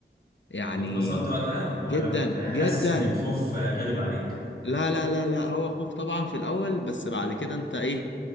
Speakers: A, on the left; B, on the left.
A: يعني
B: اتبسطت وقتها
A: جدا
B: ولا كنت
A: جدا
B: حاسس ان الخوف غالب عليك
A: لا لا لا لا هو خوف طبعا في الاول بس بعد كده انت ايه